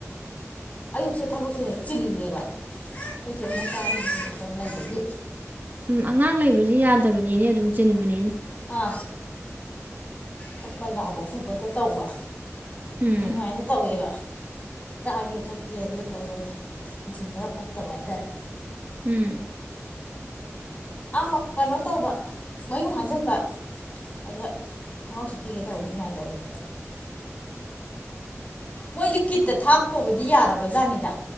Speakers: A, on the left (about 30°); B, on the right (about 40°).
A: ꯑꯌꯨꯛꯁꯦ ꯊꯕꯛꯁꯦ ꯍꯦꯛ ꯆꯤꯜꯂꯦꯕ ꯑꯩꯈꯣꯏꯆꯦꯅ ꯆꯥ ꯂꯩꯕꯒꯤ
B: ꯎꯝ ꯑꯉꯥꯡ ꯂꯩꯕꯁꯤ ꯌꯥꯗꯕꯅꯤꯅꯦ ꯑꯗꯨꯝ ꯆꯤꯟꯕꯅꯤꯅꯦ
A: ꯀꯥ ꯀꯛꯄ ꯂꯥꯎꯕ ꯈꯣꯄꯗ ꯇꯧꯕ
B: ꯎꯝ
A: ꯅꯤꯡꯉꯥꯏꯅ ꯇꯧꯋꯦꯕ ꯆꯥꯒꯦ ꯊꯛꯀꯦ ꯑꯗꯨ ꯇꯧꯕ ꯌꯥ ꯃꯆꯤꯟ ꯈꯔ ꯐꯠꯇꯕ ꯍꯥꯏꯇꯥꯔꯦ
B: ꯎꯝ
A: ꯑꯃ ꯀꯩꯅꯣ ꯇꯧꯕ ꯃꯌꯨꯡ ꯍꯟꯖꯟꯕ ꯑꯗ ꯈꯪꯍꯧꯁꯨ ꯄꯤꯒꯦ ꯇꯧꯕꯅꯤꯉꯥꯏꯇꯧꯔꯤ ꯃꯣꯏꯗꯤ ꯀꯤꯠꯇ ꯊꯥꯛꯇꯧꯕꯗꯤ ꯌꯥꯔꯕꯖꯥꯅꯤꯗ